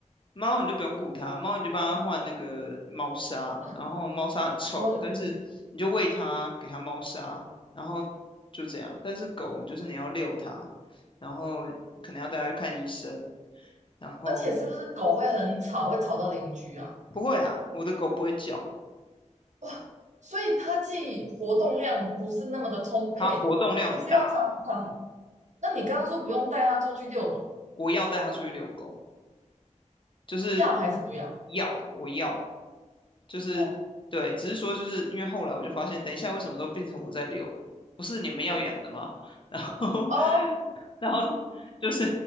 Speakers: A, on the left; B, on the right.
A: 猫你就不用顾它，猫你就帮它换那个猫砂，
B: 啊
A: 然后猫砂很臭，
B: 猫就不用，
A: 但是你就喂它，给它猫砂，然后就这样。但是狗就是你要遛它，然后可能要带它去看医生，然后
B: 而且是不是狗会很吵，会吵到邻居啊？
A: 不会啊，我的狗不会叫，
B: 哇，所以它既活动量不是那么的充沛，
A: 它活动量很大，
B: 不需要常常。那你刚刚说不用带它出去遛狗，
A: 我要带它出去遛狗，就是
B: 要还是不要？
A: 要我要。就是对，
B: 哦
A: 只是说就是因为后来我就发现，等一下为什么都变成我在遛，不是你们要养的吗？<laughs> 然后
B: 哦，
A: 然后就是